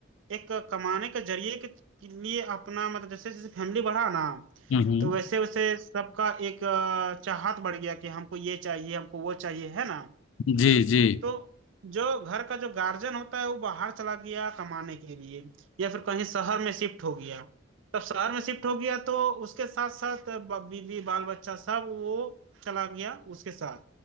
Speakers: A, on the right (about 65°); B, on the left (about 65°).
A: एक कमाने के जरिए के लिए अपना मतलब जैसे जैसे फैमिली बढ़ा ना
B: हम्म, हम्म,
A: तो वैसे वैसे सबका एक अ, चाहत बढ़ गया कि हमको ये चाहिए हमको वो चाहिए है ना
B: जी जी
A: तो जो घर का जो गार्जियन होता है वो बाहर चला गया कमाने के लिए या फिर कहीं शहर में शिफ्ट हो गया तब शहर में शिफ्ट हो गया तो उसके साथ साथ बीवी बाल बच्चा सब वो चला गया उसके साथ